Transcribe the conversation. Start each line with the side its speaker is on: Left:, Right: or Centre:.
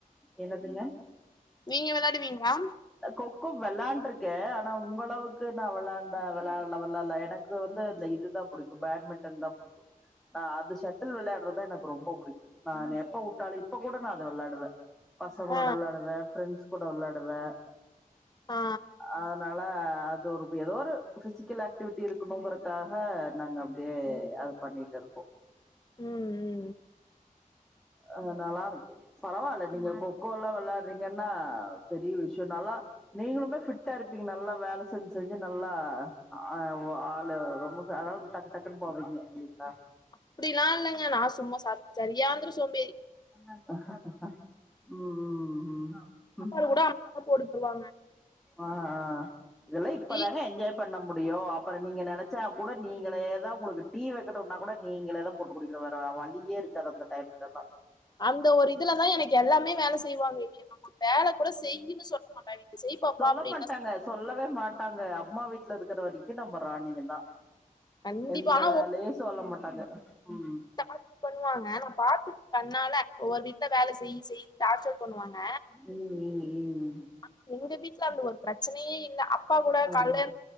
Centre: என்னதுங்க
Left: நீங்க வெளாடுவீங்ளா
Centre: கொக்கோ வெளாண்ட்ருக்கே ஆனா உங்களவுக் கு நா வெளாண்ட வெளால வெளால எனக்கு வந்து இந்த இதுதா புடிக்கு பேட்மிட்டன்தா புடிக்கு நா அது ஷட்டில் வெள்யாட்றத எனக் ரொம்ப புடிக்கு நா எப்ப கூப்டாலு இப்ப கூட நா அத வெள்ளாடுவ பசங்களோட
Left: ஆ
Centre: விள்ளாடுவ ஃப்ரெண்ட்ஸ் கூட வெள்ளாடுவ
Left: ஆ
Centre: அதனால து உருபு எதோ ஒரு ஃபிசிக்கல் ஆக்டிவிட்டி இருக்குணுங்கறக்காக நாங்க அப்டியே அத பண்ணிட்டு இருக்கோ
Left: ம் ம்
Centre: அ நல்லாருக்கும் பரவால நீங்க கொக்கோல்லா வெள்யாட்றீங்கன்னா பெரிய விஷ்யோ நல்லா நீங்களுதா ஃபிட்டா இருப்பீங்க நல்லா வேல செஞ் செஞ்சு நல்லா ஆ உ ஆளு ரொம்ப அதாவ்து டக்கு டக்குன்னு போவ ம் ம் ஆ
Left: அப்டிலா இல்லைங்க நா சும்மா சாப் சரியான சோம்பேறி
Centre: ம் ம் ம்
Left: சாப்பாடு
Centre: ம்
Left: கூட அம்மா தா போட்டு தருவாங்க
Centre: ஆ ஆ அ இதெல்லா இப்பதான
Left: டீ
Centre: என்ஜாய் பண்ண முடியோ அப்பறோ நீங்க நெனச்சா கூட நீங்களேதா உங்களுக்கு டீ வெக்கட்டுன்னா கூட நீங்களேதா போட்டுக் குடிக்கறோ வற வழியே இருக்காது அந்த ஹேக் பண்ணா
Left: அந்த ஒரு இதுலதா எனக்கு எல்லாமே வேல செய்வாங்க இது ஒரு வேல கூட செய்யின்னு சொல்ல மாட்டா இத செய் பாப்பா
Centre: சொல்ல
Left: அப்டின்தா
Centre: மாட்டாங்க சொல்லவே மாட்டாங்க அம்மா வீட் ல இருக்குற வரிக்கு நம்ப ராணிங்கதா
Left: கண்டிப்பா
Centre: எந்த
Left: ஆனா
Centre: வேலயு சொல்ல மாட்டாங்க ம்
Left: டார்ச் பண்ணுவாங்க நா பாத்துருக்க கண்ணால உன் வீட்ல வேல செய் செயின்னு டார்ச்சல் பண்ணுவாங்க
Centre: ம் ம் ம்
Left: அ எங்க வீட்ல அந்த ஒரு பிரச்சனயே இல்ல அப் பா கூட
Centre: ஆமா
Left: காய்ல